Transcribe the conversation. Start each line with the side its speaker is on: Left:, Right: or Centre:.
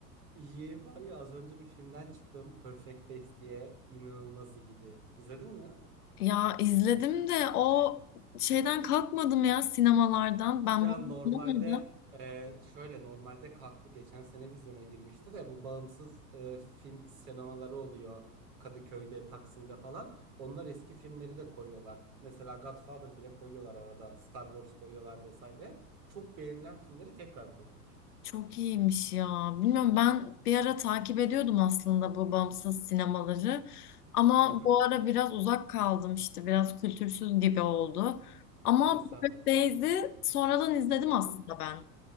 Right: İyi. Var ya az önce bir filmden çıktım. Perfect Days diye inanılmaz iyiydi. İzledin mi?
Left: Ya izledim de o şeyden kalkmadım ya sinemalardan. Ben
Right: Ya
Left: bu
Right: normalde
Left: bulamadım.
Right: e, şöyle normalde kalktı geçen sene vizyona girmişti de bu bağımsız e, film sinemaları oluyor. Kadıköy'de, Taksim'de falan. Onlar eski filmleri de koyuyorlar. Mesela Godfather bile koyuyorlar arada. Star Wars koyuyorlar vesaire. Çok beğenilen filmleri tekrar koyuyorlar.
Left: Çok iyiymiş ya. Bilmiyorum ben bir ara takip ediyordum aslında bu bağımsız sinemaları. Ama
Right: Hı hı.
Left: bu ara biraz uzak kaldım işte biraz kültürsüz gibi oldu. Ama
Right: Estağfurullah.
Left: Perfect Days'i sonradan izledim
Right: Hı
Left: aslında
Right: hı.
Left: ben.